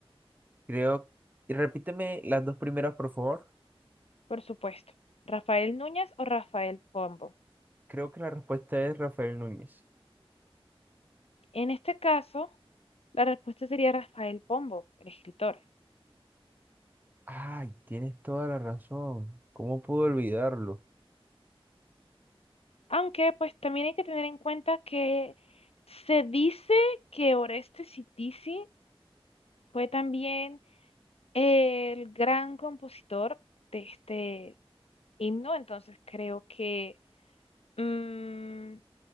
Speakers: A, on the right (about 20°); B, on the left (about 80°).
A: Creo, y repíteme las dos primeras, por favor.
B: Por supuesto, Rafael Núñez o Rafael Pombo.
A: Creo que la respuesta es Rafael Núñez.
B: En este caso, la respuesta sería Rafael Pombo, el escritor.
A: Ay, tienes toda la razón. ¿Cómo pude olvidarlo?
B: Aunque pues también hay que tener en cuenta que se dice que Oreste Citisi fue también el gran compositor de este himno, entonces creo que mm,